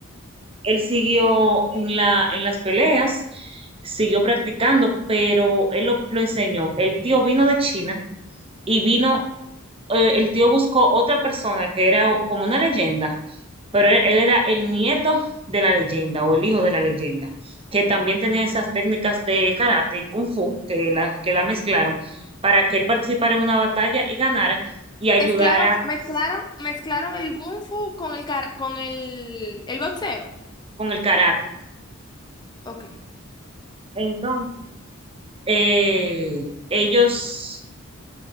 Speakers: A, on the right; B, on the left.
A: él siguió en la, en las peleas, siguió practicando, pero él lo, lo enseñó. El tío vino de China y vino, eh, el tío buscó otra persona que era como una leyenda, pero él, él era el nieto de la leyenda o el hijo de la leyenda, que también tenía esas técnicas de karate y kung fu que la, que la mezclaron para que él participara en una batalla y ganara y ayudara
B: Mezclaron, mezclaron, mezclaron el Kung Fu con el, car- con el, el boxeo.
A: con el karate.
B: Ok.
A: Entonces, eh, ellos